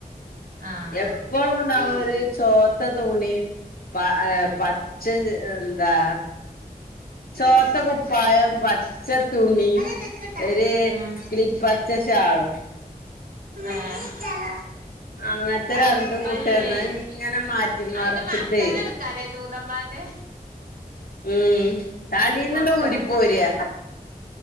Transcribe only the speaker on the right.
ആഹ്
ഉമ്മ
ഇതൊന്ന്
എടുത്ത്
പോ
അതെടുക്കട്ടാ
ആഹ്
തന്നെ.
അയ്പ്പല്ലേ.
അയിന്റെ
മക്കനെടുക്കാല്ലേ തൂതമ്മാന്റെ?
മക്കനെ എടു